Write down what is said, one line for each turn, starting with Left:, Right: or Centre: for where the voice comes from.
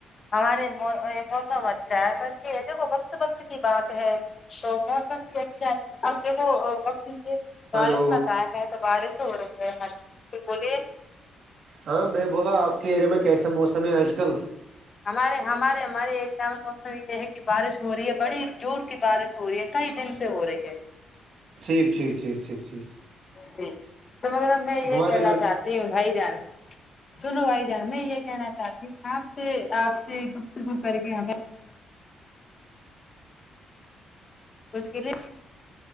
Left: ہمارے موسم اچھا ہے پر یہ دیکھو وقت وقت کی بات ہے تو موسم بھی اچھا ہے دیکھو وجے
Right: ہلو
Left: بارش کا ٹائم ہے تو بارش ہو رہی ہے ہر بولیے
Right: ہاں میں بولا آپ کے ایرے میں کیسا موسم ہے آج کل
Left: ہمارے ہمارے ہمارے ایریا میں موسم یہ ہے کہ بارش ہو رہی ہے بڑی جور کی بارش ہو رہی ہے کہی دن سے ہو رہی ہے
Right: ٹھیک ٹھیک ٹھیک ٹھیک ٹیک
Left: جی تو مطلب میں یہ
Right: ہمارے
Left: کہنا
Right: ادھر
Left: چاہتی ہوں بھائی جان سنو بھائی جان میں یہ کہنا چاہتی ہوں آپ سے آپ سے گفتگ کر کے ہمیں کس کے لیے